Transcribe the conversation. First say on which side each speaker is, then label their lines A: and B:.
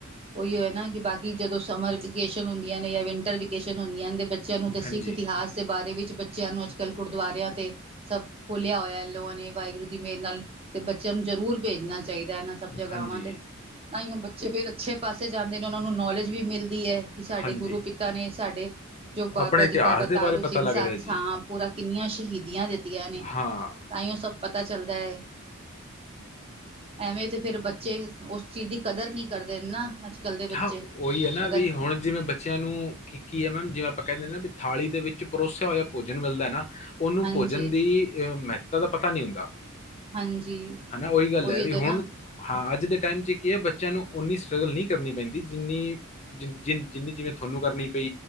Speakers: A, on the right; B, on the left.
A: ਓਈਓ ਐ ਨਾ ਕਿ ਬਾਕੀ ਜਦੋਂ ਸਮਰ ਵਿਕੇਸ਼ਨ ਹੁੰਦੀਆਂ ਨੇ ਯਾ ਵਿੰਟਰ ਵਿ ਕੇਸ਼ਨ ਹੁੰਦੀਆਂਣ ਤੇ ਬੱਚਿਆਂ ਨੂੰ ਤੇ ਸਿੱਖ
B: ਹਾਂਜੀ।
A: ਇਤਿਹਾਸ ਦੇ ਬਾਰੇ ਵਿੱਚ ਬੱਚਿਆਂ ਨੂੰ ਅੱਜ-ਕੱਲ੍ਹ ਗੁਰਦੁਆਰਿਆਂ 'ਤੇ ਸਭ ਖੋਲਿਆ ਹੋਯੈ ਲੋਣ ਏ ਵਾਹਿਗੁਰੂ ਦੀ ਮੇਰ ਨਾਲ, ਤੇ ਬੱਚਿਆਂ ਨੂੰ ਜ਼ਰੂਰ ਭੇਜਣਾ ਚਾਈਦੈ ਏਨਾਂ ਸਭ ਜਗ੍ਹਾਵਾਂ
B: ਹਾਂਜੀ,
A: ਤੇ। ਤਾਈਔ ਬੱਚੇ ਫਿਰ ਅੱਛੇ ਪਾਸੇ ਜਾਂਦੇ ਨੇ ਔਨਾਂ ਨੂੰ ਨੌਲੇਜ ਵੀ ਮਿਲਦੀ ਏ। ਕਿ ਸਾਡੇ
B: ਹਾਂਜੀ।
A: ਗੁਰੂ ਪਿਤਾ ਨੇ ਸਾਡੇ, ਜੋ ਬਾਬਾ
B: ਆਪਣੇ ਇਤਿਹਾਸ
A: ਜੀ ਬਾਬਾ
B: ਦੇ
A: ਤਾਰੂ
B: ਬਾਰੇ ਪਤਾ
A: ਸਿੰਘ
B: ਲੱਗਦਾ
A: ਸਰ
B: ਹੈ
A: ਸਾਂ
B: ਜੀ।
A: ਪੂਰਾ ਕਿੰਨੀਆਂ ਸ਼ਹੀਦੀਆਂ ਦਿੱਤੀਆਂ ਨੇ,
B: ਹਾਂ।
A: ਤਾਈਔ ਸਭ ਪਤਾ ਚੱਲਦਾ ਏ। ਐਵੇਂ ਤੇ ਫੇਰ ਬੱਚੇ ਓਸ ਚੀਜ਼ ਦੀ ਕਦਰ ਨੀ ਕਰਦੇ ਨਾ। ਅੱਜ ਕੱਲ੍ਹ ਦੇ ਬੱਚੇ
B: ਹਾਂ, ਓਈ ਐ ਨਾ
A: ਅਗਰ
B: ਵੀ ਹੁਣ ਜਿਵੇਂ ਬੱ ਬੱਚਿਆਂ ਨੂੰ ਕੀ-ਕੀ ਆ ਮੈਮ ਜਿਵੇਂ ਆਪਾਂ ਕੈਂਦੇ ਨਾ ਵੀ ਥਾਲੀ ਦੇ ਵਿੱਚ ਪਰੋਸਿਆ ਹੋਇਆ ਭੋਜਨ ਮਿਲਦਾ ਹਨਾ ਉਹਨੂੰ
A: ਹਾਂਜੀ,
B: ਭੋਜਨ ਦੀ ਅਹ ਮਹਤਤਾ ਦਾ ਪਤਾ ਨਈ ਹੁੰਦਾ
A: ਹਾਂਜੀ
B: ਹਨਾ ਉਹੀ ਗੱਲ
A: ਉਹੀਓ
B: ਹੈ ਵੀ
A: ਤਾਂ
B: ਹੁਣ,
A: ਨਾ
B: ਹਾਂ ਅੱਜ ਦੇ ਟਾਈਮ ਚ ਕੀ ਹੈ ਬੱਚਿਆਂ ਨੂੰ ਓਨੀ ਸਟਰ੍ਰਗਲ ਨਈ ਕਰਨੀ ਪੈਂਦੀ ਜਿੰਨੀ- ਜਿੰਨੀ ਜਿਵੇਂ ਤੁਹਾਨੂੰ ਕਰਨੀ ਪਈ